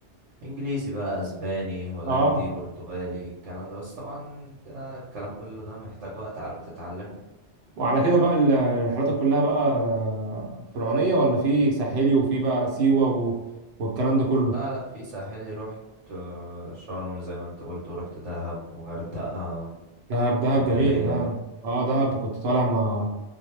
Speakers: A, on the right; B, on the right.
A: انجليزي بقى اسباني هولندي
B: اه
A: برتغالي الكلام ده بس طبعا ده الكلام كله ده محتاج وقت على ما تتعلمه
B: وعلى كده بقى ال- الرحلات كلها بقى آه، فرعونية ولا في ساحلي وفي بقى سيوة و... والكلام ده كله
A: لا لا في ساحلي رحت آه، شرم زي ما انت قلت ورحت دهب وغردقة
B: دهب دهب
A: اسكندرية
B: جميل دهب اه دهب كنت طالع مع